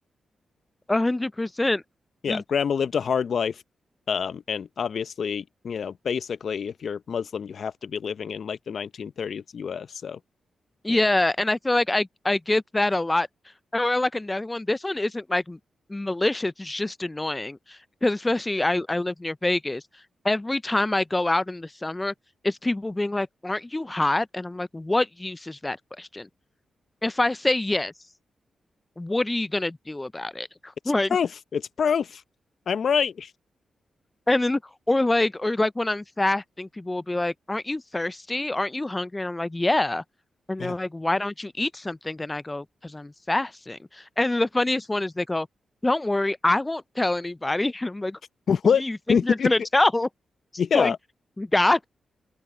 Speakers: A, on the left (about 20°); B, on the left (about 65°).
A: a hundred percent.
B: Yeah,
A: Just
B: grandma lived a hard life. Um, and obviously, you know, basically if you're Muslim, you have to be living in like the 1930s US. So,
A: yeah,
B: you know,
A: and I feel like I I get that a lot. Or like another one. This one isn't like m- malicious. It's just annoying because especially I I live near Vegas. Every time I go out in the summer, it's people being like, "Aren't you hot?" And I'm like, "What use is that question?" If I say yes. what are you gonna do about it? <laughs>
B: it's
A: Like,
B: proof. It's proof. I'm right.
A: and then, or like, or like when I'm fasting, people will be like, aren't you thirsty? Aren't you hungry? And I'm like, yeah. And
B: Yeah.
A: they're like, why don't you eat something? Then I go, because I'm fasting. And the funniest one is they go, don't worry, I won't tell anybody. <laughs> And I'm like,
B: <laughs> What?
A: who do you think
B: <laughs>
A: you're gonna tell? <laughs>
B: yeah.
A: Like, God?